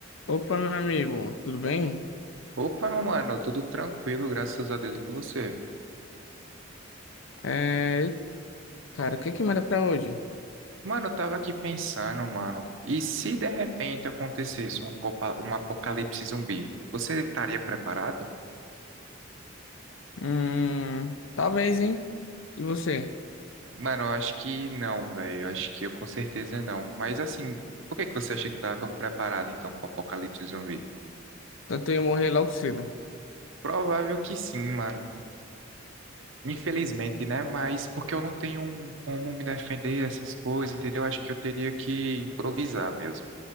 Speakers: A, on the left; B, on the right.
A: Opa, meu amigo, tudo bem?
B: Opa, meu mano, tudo tranquilo, graças a Deus e com você.
A: É, cara, o que é que manda pra hoje?
B: Mano, eu tava aqui pensando, mano, e se de repente acontecesse uma copa, um apocalipse zumbi, você estaria preparado?
A: Hum, talvez, hein? E você?
B: Mano, eu acho que não, velho, eu acho que eu com certeza não. Mas assim, por que que você acha que tava tão preparado então pro apocalipse zumbi?
A: Tanto eu ia morrer logo cedo.
B: Provável que sim, mano. Infelizmente, né? Mas porque eu não tenho um como me defender essas coisas, entendeu? Eu Acho que eu teria que improvisar mesmo.